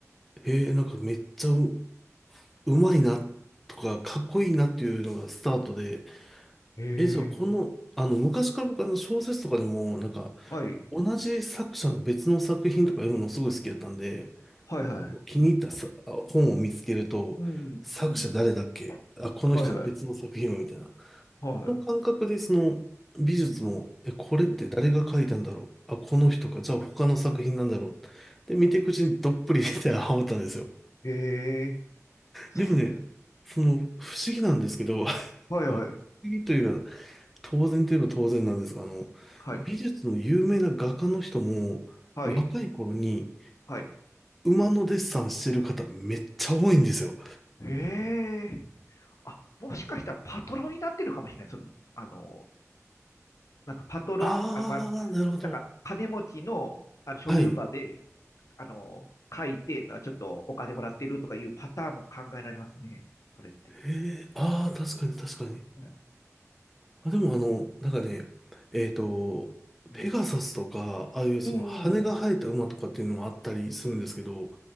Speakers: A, in the centre; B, on the left.
A: へなんかめっちゃう、うまいなとか、かっこいいなっていうのがスタートで、
B: え
A: え、じゃあこの、
B: え、
A: あの、昔から僕あの小説とかでも、なんか、
B: はい。
A: 同じ作者の別の作品とか読むのすごい好きだったんで、
B: はい、はい。
A: 気に入ったさ、あ本を見つけると、
B: うん、
A: 作者誰だっけあ、
B: うん、
A: この人の別の作品をみたいな。
B: はい、はい。はい
A: の感覚でその美術も、
B: うん、
A: え、これって誰が描いたんだろう。
B: うん。
A: あ、この人か。じゃあ他の作品なんだろう。で、見ていくうちにどっぷりでハマったんですよ。
B: ええ、そ、
A: でもね、その不思議なんですけど、<laughs> 不思
B: はい、
A: 議というか当然といえば当然なんですが、あの、
B: はい。
A: 美術の有名な画家の人も若い頃に
B: はい。はい。はい。
A: 馬のデッサンしてる方めっちゃ多いんですよ。
B: ええ、あ、もしかしたらパトロンになってるかもしれない。その、あの、なんかパトロン、
A: あー、
B: あ、まあ、
A: なるほど。
B: なんか金持ちの、あの所有場で、
A: はい。
B: あの、書いて、なちょっとお金もらってるとかいうパターンも考えられますね。それって。
A: へえ、あー、確かに確かに。
B: うん、
A: あ、でもあの、なんかね、えっと、
B: うん、
A: ペガサスとか、ああいうその羽が生えた馬とかっていうのもあったりするんですけど、
B: うん、うん、